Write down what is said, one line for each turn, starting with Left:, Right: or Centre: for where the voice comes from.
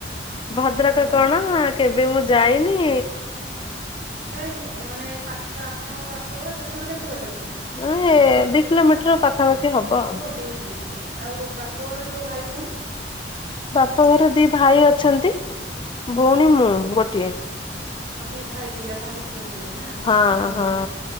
Left: ଭଦ୍ରକ
Right: ମାନେ
Left: କଣ? କେବେ ମୁଁ ଯାଇନି।
Right: ତ ମାନେ ପାଖରେ ଆପଣକଂ ବାପଘର ଶାଶୁଘର କେତେ ବାଟ ତାହେଲେ?
Left: ଉ ଦି କିଲୋମିଟର ପାଖାପାଖି ହବ ଆଉ।
Right: ଗ ମ <unintelligible> ଆଉ ତମ ବାପଘରେ ସବୁ ଭାଇ ଭଉଣୀ
Left: ବାପଘରେ ଦି ଭାଇ ଅଛନ୍ତି ଭଉଣୀ ମୁଁ ଗୋଟିଏ।
Right: ଆଉ ଦି ଭାଇ ଖାଲି ଆପଣ ଗୋଟେ ଭଉଣୀ ନା
Left: ହଁ
Right: ଯା ଭଲ
Left: ହଁ।